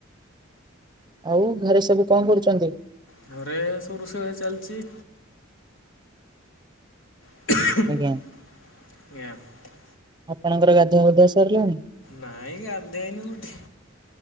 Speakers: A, on the right (about 20°); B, on the left (about 80°).
A: ଆଉ ଘରେ ସବୁ କଣ କରୁଚନ୍ତି?
B: ଘରେ ସବୁ ରୋଷେଇ ବାସ ଚାଲିଚି। <unintelligible>
A: ଆଜ୍ଞା ଆପଣଙ୍କର ଗାଧୁଆ ପାଧୁଆ ସରିଲାଣି?
B: ନାଇଁ ଗାଧେଇନି କୋଉଠି